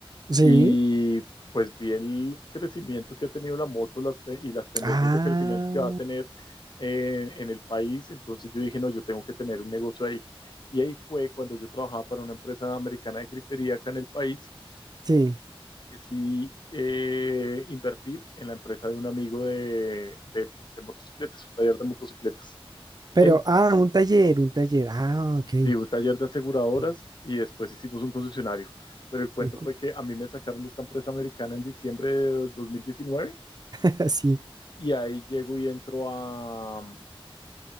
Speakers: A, on the right; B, on the left.
A: Sí.
B: Y pues vi el crecimiento que ha tenido la moto las te- y las tendencias
A: Ah,
B: de crecimiento que va a tener eh, en el país. Entonces yo dije, no, yo tengo que tener un negocio ahí. Y ahí fue cuando yo trabajaba para una empresa americana de gripería acá en el país.
A: sí.
B: Decidí eh, invertir en la empresa de un amigo de, de- de motocicletas, un taller de motocicletas.
A: Pero,
B: En
A: ah, un taller, un taller. Ah, ok.
B: sí, un taller de aseguradoras
A: <clears throat>
B: y después hicimos un concesionario. Pero el cuento
A: Un cu-
B: fue que a mí me sacaron de esta empresa americana en diciembre de 2019
A: <laughs> Sí.
B: y ahí llego y entro a, mm,